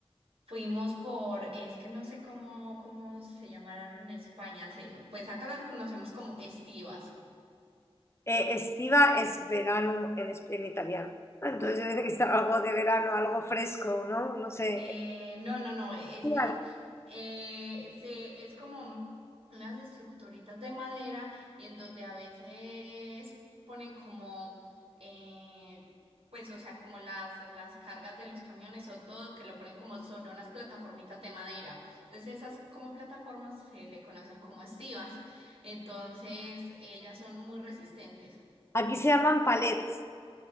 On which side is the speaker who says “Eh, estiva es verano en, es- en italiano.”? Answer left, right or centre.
Left